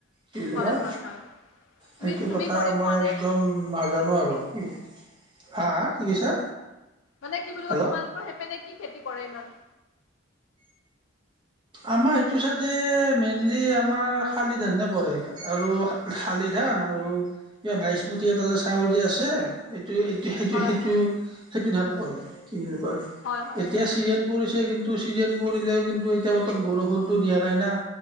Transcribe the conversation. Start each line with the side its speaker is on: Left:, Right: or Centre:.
Right: কি বুলি
Left: হয়
Right: কয়
Left: হয় হয় তুমি
Right: সেইটো
Left: তুমি
Right: কথা
Left: কৰি
Right: মই
Left: পোৱা
Right: একদম
Left: নাই নেকি
Right: নাজানো আৰু। হা হা কি কৈছা?
Left: মানে কি বুলি
Right: হেল্ল'
Left: কয় তোমালোকৰ সেইপিনে কি খেতি কৰে ইমান।
Right: আমাৰ এইটো চাইদে মেইনলি আমাৰ শালি ধানে কৰে আৰু শালি ধান আৰু কিবা বাইচমতি এটা যে চাউল যে আছে। এইটো-এইটো-সেইটো-সেইটো-সেইটো
Left: হয় হয়
Right: ধানো কৰে। কি বুলি কয়
Left: হয়
Right: এতিয়া
Left: হয়
Right: ছিজন পৰিছে কিন্তু চিজনে পৰিলেও কিন্তু এতিয়া বৰষুণতো দিয়া নাই না